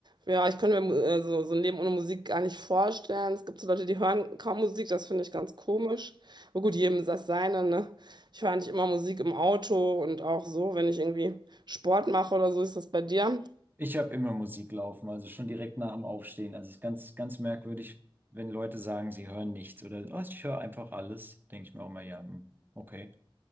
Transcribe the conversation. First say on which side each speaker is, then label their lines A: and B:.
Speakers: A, on the right; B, on the right.
A: ja, ich könnte mir Mu- äh, so, so ein Leben ohne Musik gar nicht vorstellen. Es gibt so Leute, die hören kaum Musik, das finde ich ganz komisch. Aber gut, jedem das seine, ne? Ich höre eigentlich immer Musik im Auto und auch so, wenn ich irgendwie Sport mache oder so, ist das bei dir.
B: Ich habe immer Musik laufen, also schon direkt nach dem Aufstehen. Also es ist ganz, ganz merkwürdig, wenn Leute sagen, sie hören nichts oder oh, ich höre einfach alles, denke ich mir auch mal, ja, hm, okay.